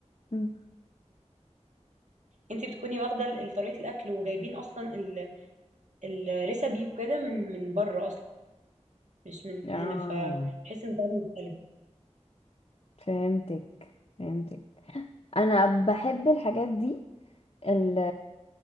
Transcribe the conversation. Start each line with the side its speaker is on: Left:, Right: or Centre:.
Left: مم.
Right: انت بتكوني واخده ال- طريقه الاكل وجايبين اصلا ال- الريسبي وكده من من بره اصلا مش من
Left: اه
Right: هنا فبحس ان طعمه مختلف
Left: فهمتك فهمتك انا بحب الحاجات دي ال